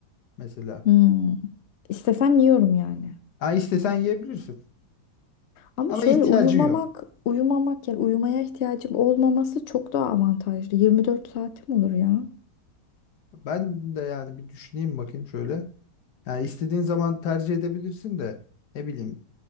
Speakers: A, on the left; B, on the left.
A: mesela.
B: Hmm. İstesem yiyorum yani.
A: Ha istesen yiyebilirsin
B: Ama
A: ama
B: şöyle
A: ihtiyacın
B: uyumamak,
A: yok.
B: uyumamak yani uyumaya ihtiyacım olmaması çok daha avantajlı. 24 saatim olur ya.
A: Ben de yani bir düşüneyim bakayım şöyle. Yani istediğin zaman tercih edebilirsin de ne bileyim.